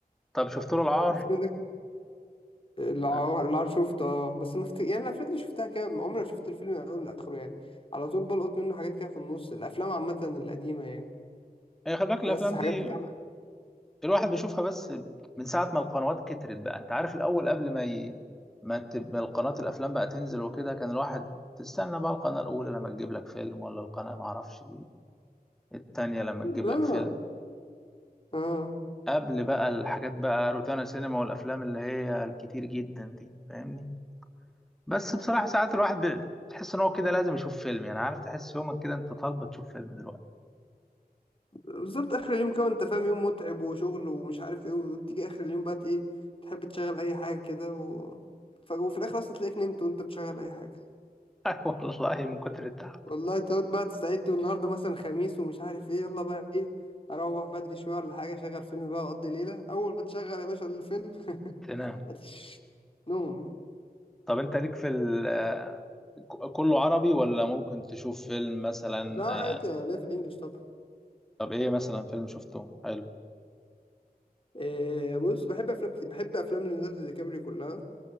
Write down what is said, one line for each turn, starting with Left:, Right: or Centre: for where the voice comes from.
Centre: طب شفت له العار
Left: الفيلم ده العار
Centre: آه.
Left: العار شفته اه بس ما مفت... يعني الأفلام دي شفتها كده ما عمري ما شفت الفيلم من أوله لآخره يعني على طول بلقط منه حاجات كده في النص الأفلام عامة القديمة يعني
Centre: هي خلي بالك الافلام
Left: بس حاجات
Centre: دي
Left: بتاع
Centre: الواحد بيشوفها بس من ساعه ما القنوات كترت بقى انت عارف الاول قبل ما ي... ما تبقى القناه الافلام بقى تنزل وكده كان الواحد تستنى بقى القناه الاولى لما تجيب لك فيلم ولا القناه معرفش التانية لما تجيب
Left: لا
Centre: لك فيلم
Left: اه
Centre: قبل بقى الحاجات بقى روتانا سينما والافلام اللي هي الكتير جدا دي فاهمني بس بصراحه ساعات الواحد بي- بتحس ان هو كده لازم يشوف فيلم يعني عارف تحس يومك كده انت طالبه تشوف فيلم دلوقتي
Left: بالظبط اخر اليوم كده انت فاهم يوم متعب وشغل ومش عارف ايه وتيجي اخر اليوم بقى ايه تحب تشغل اي حاجه كده و... ف... وفي الاخر اصلا تلاقيك نمت وانت بتشغل اي حاجه
Centre: <laughs> والله من كتر التعب
Left: والله تقعد بقى تستعد والنهارده مثلا خميس ومش عارف ايه يلا بقى ايه اروح بدري شويه ولا حاجه اشغل فيلم بقى واقضي ليله اول ما تشغل يا باشا الفيلم
Centre: تنام
Left: <laughs> هتش نوم
Centre: طب انت ليك في ال آه، ك- كله عربي ولا ممكن تشوف فيلم مثلا
Left: لا عادي
Centre: آه،
Left: انا ليا في الانجليش طبعا
Centre: طب ايه مثلا فيلم شفته حلو
Left: إيه بص بحب افلام كتير بحب افلام ليوناردو دي كابريو كلها